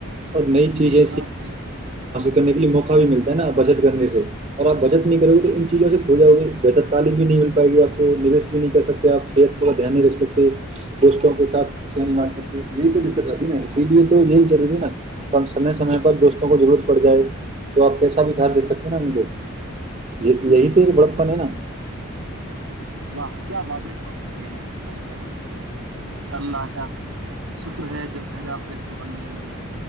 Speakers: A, on the right; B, on the right.
A: اور نئی چیزیں
B: جی جناب جی
A: کرنے کی موقع بھی ملتا ہے نا بجد کرنے سے اور اپ بجٹ نہیں کرو گے
B: جی
A: تو ان چیزوں سے بھول جاؤ گے بہتر تعلی بھی نہیں مل پائے گی اپ کو نیوس بھی نہیں کر سکتے اپ صحت تھوڑا دھیان نہیں رکھ سکتے دوستوں کے ساتھ یہی تو دقت اتی ہے نا اسی لیے تو یہ انشاءاللہ کم سننس دوستوں کو ضرورت پڑ جائے تو اپ پیسہ بھی گھر دے سکتے ہیں نا ان کو یہ
B: جی
A: یہی
B: جناب
A: تو ایک بڑپن
B: جی
A: ہے نا
B: واہ کیا واجح بات کہی ہے آپ نے بھائی جان اللہ کا شکر ہے جر تگاپ جیسے بندنے ہیں